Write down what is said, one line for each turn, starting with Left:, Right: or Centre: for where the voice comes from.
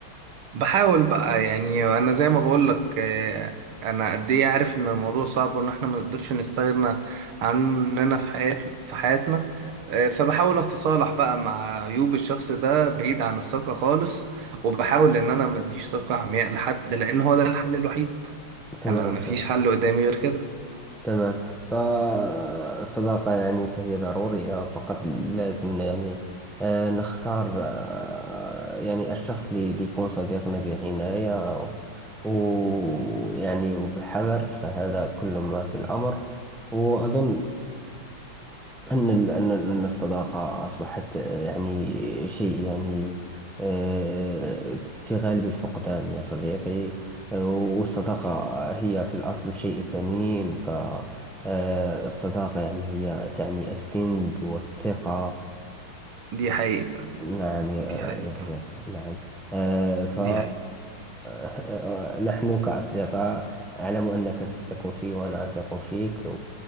Right: بحاول بقى يعني انا زي ما بقول لك آه، انا قد ايه عارف ان الموضوع صعب وان احنا ما نقدرش نستغنى عننا في حياته في حياتنا آه، فبحاول اتصالح بقى مع عيوب الشخص ده بعيد عن الثقة خالص وبحاول ان انا ما اديش ثقة عمياء لحد لان هو ده الحل الوحيد
Centre: تمام
Right: انا ما فيش
Centre: تمام
Right: حل قدامي غير كده
Centre: تمام فالصداقة يعني فهي ضرورية فقط لازم يعني آه نختار آه يعني الشخص اللي اللي يكون صديقنا بعناية ويعني وبحذر فهذا كل ما في الأمر وأظن أن ال- أن ال- أن الصداقة أصبحت آه، يعني شيء يعني آه، في غالب الفقدان يا صديقي آه، والصداقة هي في الأصل شيء ثمين فالصداقة يعني هي تعني السند والثقة
Right: دي حقيقة
Centre: نعم يا
Right: دي حقيقة
Centre: يا صديقي نعم آه، ف آه،
Right: دي حقيقة
Centre: آه، آه، نحن كأصدقاء أعلم أنك تثق في وأنا أثق فيك و-